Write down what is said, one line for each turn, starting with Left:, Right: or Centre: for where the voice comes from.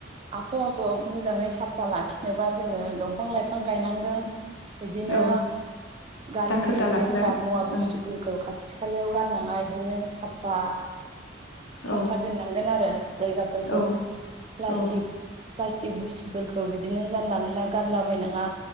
Right: आबहावाखौ मोजाङै साफा लाखिनोबा जोङो दंफां लाइफां गायनांगोन। बिदिनो
Left: औ
Right: गाज्रि
Left: दाखोर दालाफोरा
Right: लेथ्रा मुवा बुस्थुफोरखौ
Left: ओं
Right: खा थि खालायाव गारनाङा इदिनो साफा साफा
Left: औ
Right: दोननांगोन आरो जायगाफोरखौ।
Left: औ
Right: प्लास्टिक
Left: औ
Right: प्लास्टिक बुस्थुफोरखौ बिदिनो जानला मानला गारलाबाय नाङा।